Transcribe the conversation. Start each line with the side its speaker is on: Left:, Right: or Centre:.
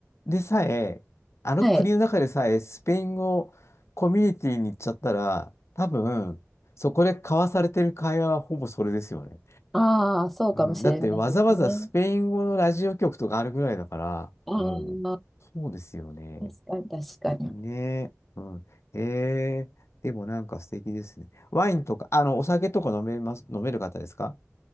Left: でさえ、あの国の中でさえ、
Centre: はい。
Left: スペイン語コミュニティに行っちゃったら、多分、そこで交わされてる会話はほぼそれですよね。
Centre: ああ、そうかもしれないですね。
Left: うん。だってわざわざスペイン語のラジオ局とかあるぐらいだから、
Centre: ああ、
Left: うん。そうですよね。
Centre: 確かに確かに。
Left: ねえ、うん。ええ、でもなんか素敵ですね。ワインとか、あの、お酒とか飲めます、飲める方ですか